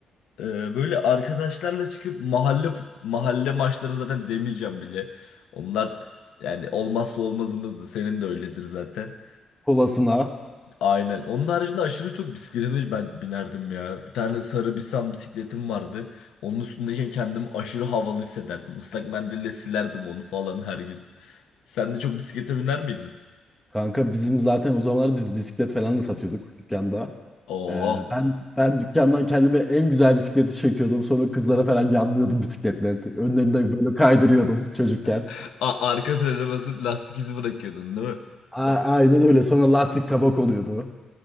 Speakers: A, on the left (about 80°); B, in the centre.
A: Ee, böyle arkadaşlarla çıkıp mahalle fut- mahalle maçlarını zaten demeyeceğim bile. Onlar yani olmazsa olmazımızdı. Senin de öyledir zaten.
B: Kolasına.
A: Aynen. Onun haricinde aşırı çok bisiklete ben binerdim ya. Bir tane sarı Bisan bisikletim vardı. Onun üstündeyken kendimi aşırı havalı hissederdim. Islak mendille silerdim onu falan her gün. Sen de çok bisiklete biner miydin?
B: Kanka bizim zaten o zamanlar biz bisiklet falan da satıyorduk dükkanda.
A: Oo.
B: Ee, ben ben dükkandan kendime en güzel bisikleti çekiyordum. Sonra kızlara falan yanlıyordum bisikletle. Önlerinde böyle kaydırıyordum çocukken.
A: <laughs> A- arka frene basıp lastik izi bırakıyordun, değil mi?
B: A- aynen öyle. Sonra lastik kabak oluyordu.